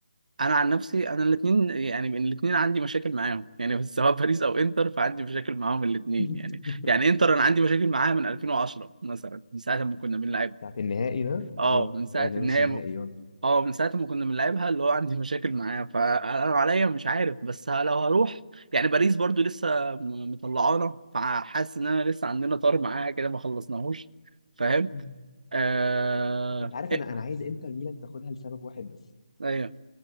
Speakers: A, on the right; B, on the left.
A: انا عن نفسي انا الاثنين يعني الاثنين عندي مشاكل معاهم يعني <laughs> بس سواء باريس او انتر فعندي مشاكل معاهم الاثنين
B: <laughs>
A: يعني يعني انتر انا عندي مشاكل معاها من 2010 مثلا من ساعة ما كنا بنلعبها
B: بتاعت النهائي ده
A: اه
B: اه
A: من ساعة
B: يعني
A: ان
B: نص
A: هي
B: نهائي يعني
A: اه من ساعة ما كنا بنلعبها اللي هو عندي مشاكل معاه فأنا عليا مش عارف بس ه- لو هروح يعني باريس برضو لسه م- مطلعانا فحاسس إن أنا لسه عندنا طار معاها كده ما خلصناهوش فاهم؟
B: <laughs>
A: آه...
B: انت عارف
A: إيه؟
B: انا انا عايز انتر ميلان تاخدها لسبب واحد بس
A: أيوه